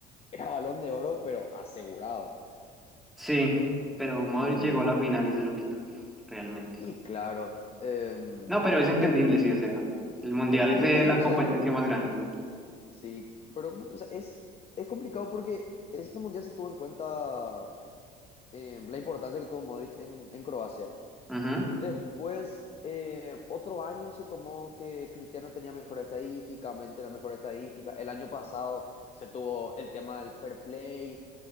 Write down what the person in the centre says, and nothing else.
sí, pero Modric
llegó a la final y se lo quitó, realmente.
No, pero es entendible,
sí, o sea, el mundial
es eh,
la
competencia
más grande.
Ujú.